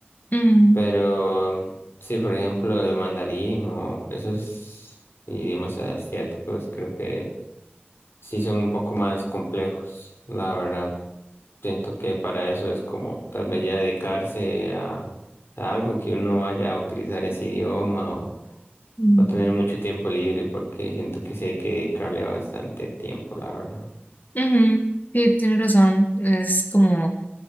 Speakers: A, on the left; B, on the left.
A: Mm,
B: Pero sí, por ejemplo, el mandarín o esos idiomas asiáticos creo que sí son un poco más complejos, la verdad. Siento que para eso es como tal vez ya dedicarse a, a algo que uno vaya a utilizar ese idioma o,
A: mm,
B: o tener mucho tiempo libre, porque siento que sí hay que dedicarle bastante tiempo, la verdad.
A: ujú. sí, tienes razón. Es como